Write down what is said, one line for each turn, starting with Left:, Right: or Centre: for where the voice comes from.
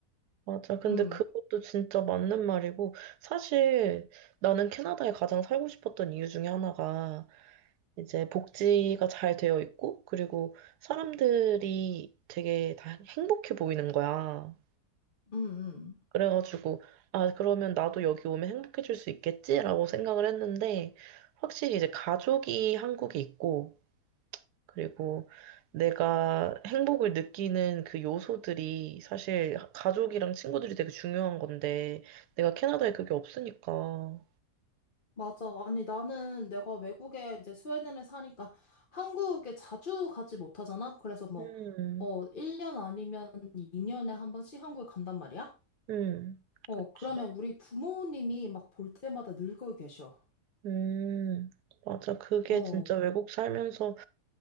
Right: 맞아. 근데
Left: 음,
Right: 그것도 진짜 맞는 말이고, 사실 나는 캐나다에 가장 살고 싶었던 이유 중에 하나가 이제 복지가 잘 되어 있고, 그리고 사람들이 되게 다 행복해 보이는 거야.
Left: 음, 음.
Right: 그래가지고, 아, 그러면 나도 여기 오면 행복해질 수 있겠지라고 생각을 했는데, 확실히 이제 가족이 한국에 있고, 그리고 내가 행복을 느끼는 그 요소들이 사실 가족이랑 친구들이 되게 중요한 건데, 내가 캐나다에 그게 없으니까.
Left: 맞아. 아니, 나는 내가 외국에 이제 스웨덴에 사니까 한국에 자주 가지 못하잖아? 그래서 뭐,
Right: 음,
Left: 어, 1년 아니면 2년에 한 번씩 한국에 간단 말이야?
Right: 음,
Left: 어,
Right: 그치.
Left: 그러면 우리 부모님이 막 볼 때마다 늙어 계셔.
Right: 음, 맞아. 그게
Left: 어,
Right: 진짜 외국 살면서